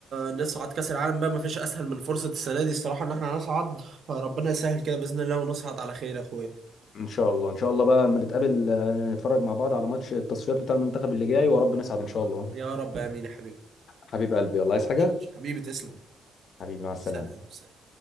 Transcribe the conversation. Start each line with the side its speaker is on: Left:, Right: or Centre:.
Right: نصعد كاس العالم بقى ما فيش اسهل من فرصه السنه دي الصراحه ان احنا نصعد فربنا يسهل كده باذن الله ونصعد على خير يا اخويا
Left: ان شاء الله ان شاء الله بقى لما نتقابل آه، نتفرج مع بعض على ماتش التصفيات بتاع المنتخب اللي جاي ورب نسعد ان شاء الله
Right: يا رب امين يا حبيبي
Left: حبيب قلبي والله عايز
Right: ماشي.
Left: حاجة
Right: حبيبي تسلم
Left: حبيبي مع السلامه
Right: سلام سلام